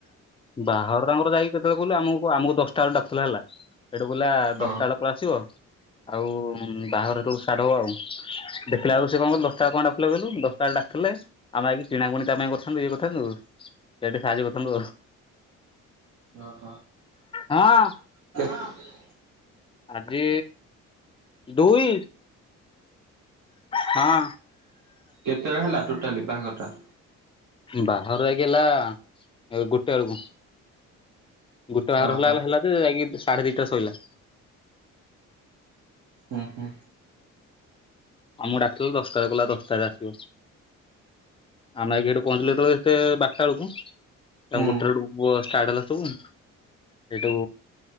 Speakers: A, on the left; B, on the right.
A: ବାହାଘର ତାଙ୍କର ଯାଇକି କେତେବେଳେ କିହିଲୁ ଆମକୁ ଆମକୁ ଦଶଟା ବେଳୁ ଡାକୁଥିଲା ହେଲା ହେଟୁ କହିଲା
B: ହଁ
A: ଦଶଟା ବେଳ କୁ ଆସିବ ଆଉ ବାହାଘର ହେତେବେଳକୁ ସାର୍ଟ ହବ ଆଉ। ଦେଖିଲା ବେଳୁ ସେ କଁ କହିଲୁ ଦଶଟା ବେଳୁ କଣ ପାଇଁ ଡାକୁଥିଲେ କହିଲୁ ଦଶଟା ବେଳୁ ଡାକୁ ଥିଲେ ଆମେ ଆଇକି କିଣାକୁଣି ତା ପାଇଁ କରିଥାନ୍ତୁ ଇଏ କରିଥାନ୍ତୁ ସେଇରା ଟିକେ ସାହାଯ୍ୟ କରିଥାନ୍ତୁ ଆଉ।
B: ଅହ
A: ହଁ
B: <unintelligible>
A: ଆଜି ଦୁଇ? ହଁ।
B: କେତେବେଳେ ହେଲା ଟୋଟାଲି ବାହାଘରଟା?
A: ବାହାଘର ଯାଇକି ହେଲା ଏ ଗୋଟେ ବେଳକୁ ଗୋଟେ ବାହାଘର
B: ଓହୋ
A: ହେଲା ହେଲେ ହେଲା ଯେ ଯାଇକି ସାଢ଼େ ଦିଇଟା ରେ ସାଇଲା।
B: ହୁଁ ହୁଁ
A: ଆମକୁ ଡାକିଲୁ ଦଶଟାରେ କହିଲା ଦଶଟାରେ ଆସିବ। ଆମେ ଆଇକି ହେଠୁ ପହଞ୍ଚିଲୁ ହେତେବେଳେ ହେତେ ବାରଟା ବେଳକୁ।
B: ହୁଁ
A: ତାଙ୍କୁ ଉଠେଇଲୁ ହେଟୁ ବସ ଷ୍ଟାର୍ଟ ହେଲା ସବୁ ସେଇଠୁ